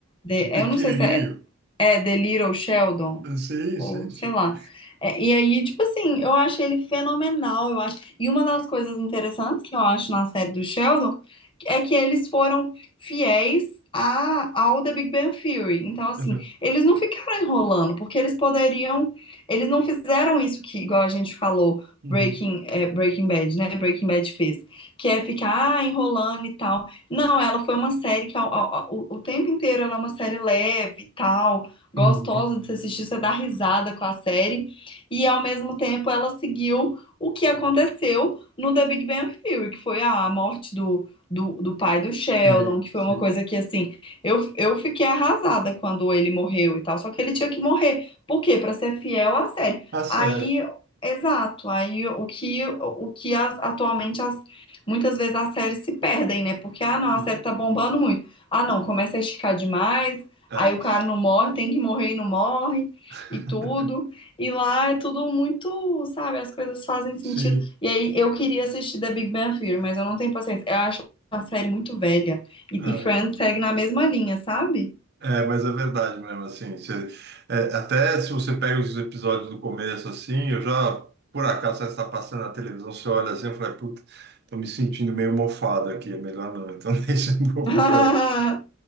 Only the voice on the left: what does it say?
The...
Eu não sei se é, é The Little Sheldon
ou
sei lá. É, e aí, tipo assim, eu achei ele fenomenal, eu acho. E uma das coisas interessantes que eu acho na série do Sheldon é que eles foram fiéis a, ao The Big Bang Theory. Então, assim,
eles não ficaram enrolando, porque eles poderiam, eles não fizeram isso que, igual a gente falou,
Breaking, é, Breaking Bad, né? Breaking Bad fez, que é ficar ah, enrolando e tal. Não, ela foi uma série que ao- ao- ao- o tempo inteiro ela é uma série leve e tal gostosa
de se assistir, você dá risada com a série. E ao mesmo tempo ela seguiu o que aconteceu no The Big Bang Theory, que foi a morte do, do, do pai do Sheldon,
que foi
uma coisa que assim, eu, eu fiquei arrasada quando ele morreu e tal. Só que ele tinha que morrer. Por quê? Pra ser fiel à série.
Aí, exato, aí o que, o que as- atualmente as, muitas vezes as séries se perdem, né? Porque, ah, não,
a série tá bombando muito. Ah, não, começa a esticar demais,
Aí o
cara não morre, tem que morrer e não morre
e tudo. E lá é tudo muito, sabe, as coisas fazem sentido.
E aí eu queria assistir The Big Bang Theory, mas eu não tenho paciência. Eu acho a série muito velha. E,
e Friends segue na mesma linha, sabe?
<laughs>